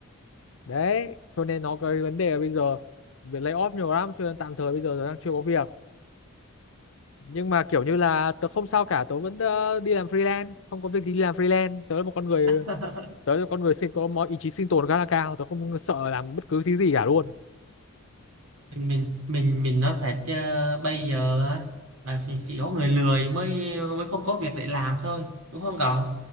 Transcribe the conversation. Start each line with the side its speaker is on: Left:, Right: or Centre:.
Left: đấy cho nên nó cái vấn đề là bây giờ việc layoff nhiều lắm cho nên tạm thời bây giờ tớ đang chưa có việc nhưng mà kiểu như là tớ không sao cả tớ vẫn ờ, đi làm freelance không có việc thì đi làm freelance tớ là một con người
Right: <laughs>
Left: tớ là con người sinh có mọi ý chí sinh tồn khá là cao tớ không sợ làm bất cứ thứ gì cả luôn
Right: mình mình mình mình nói thật chứ bây giờ á, là chỉ, chỉ có người lười mới mới không có việc để làm thôi đúng không cậu